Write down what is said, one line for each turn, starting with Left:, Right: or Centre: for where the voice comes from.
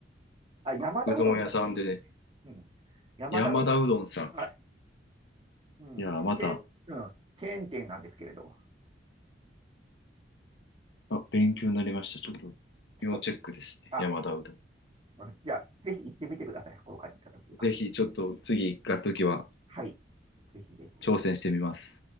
Right: あ、山田うどんとかも美味しいですよね。
Left: ー、うどん屋さんでね、
Right: うん。山田うどん。
Left: 山田うどんさん。
Right: はい。うん。
Left: いやー、
Right: そチェーン、
Left: また、
Right: うん。チェーン店なんですけれど。
Left: あ、勉強になりました。ちょっと、
Right: ちょっと、
Left: 要チェックですね。
Right: あ、
Left: 山田うどん。
Right: うんじゃあ、ぜひ行ってみてください、福岡に行ったときは。
Left: ぜひ、ちょっと次行った時は
Right: はい。ぜひぜひ。
Left: 挑戦してみます。